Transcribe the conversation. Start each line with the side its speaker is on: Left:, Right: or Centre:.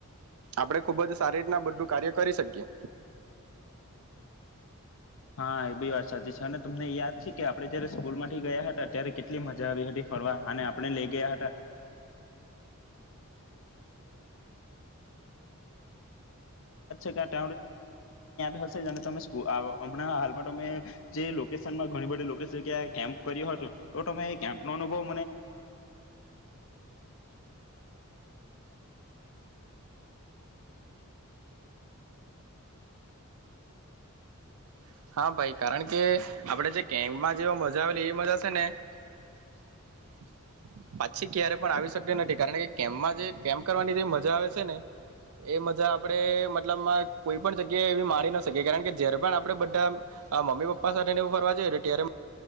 Right: આપડે ખૂબ જ સારી રીતના બધું કાર્ય કરી શકીએ.
Left: હા એ બી વાત સાચી છે અને તમને યાદ છે કે આપણે જયારે સ્કૂલ માંથી ગયા હતા ત્યારે કેટલી મજા આવી હતી ફરવા અને આપણને લઈ ગયા હતાં આપણને જે હમણાં હાલમાં તમે જે લોકેશન માં ઘણી બધી લોકેશ જગ્યા કેમ્પ કર્યો હતો તો તમે એ કેમ્પનો અનુભવ
Right: હા ભાઈ કારણ, આ મમ્મી પપ્પા સાથે નેવું ફરવા જઈએ તો ત્યારે,